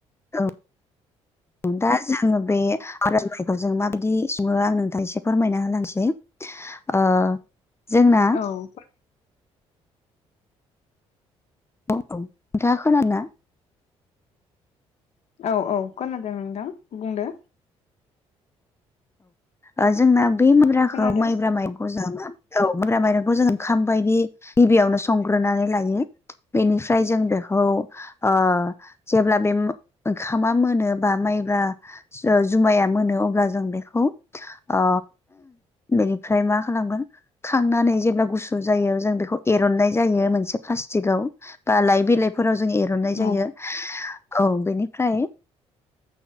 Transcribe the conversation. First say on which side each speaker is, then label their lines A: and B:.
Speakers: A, on the left; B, on the left.
A: औ उम। दा जोङो बे आर' <unintelligible> नाइखौ जों माबायदि सङो आं नोंथा <unintelligible> एसे फोरमायना होलांसै। ओ जोंना
B: औ।
A: औ नोंथांङा खोनादोंना?
B: औ औ खोनादों नोंथां बुंदो।
A: औ जोंना ओ बे माइब्राखौ
B: खोनादों
A: माइब्रा माइरं <unintelligible> औ माइब्रा माइरंखौ जों ओंखाम बायदि गिबियावनो संग्रोनानै लायो। बेनिफ्राय जों बेखौ ओ जेब्ला बे ओंखामा मोनोबा माइब्रा ओ जुमाया मोनो अब्ला जों बे खौ ओ बेनिफ्राय मा खालामगोन खांनानै जेब्ला गुसु जायो जों बेखौ एर'ननाय जायो मोनसे प्लास्टिकआव। बा लाइ बिलाइफोराव जों एर'ननाय
B: उम
A: जायो। औ बेनिफ्राय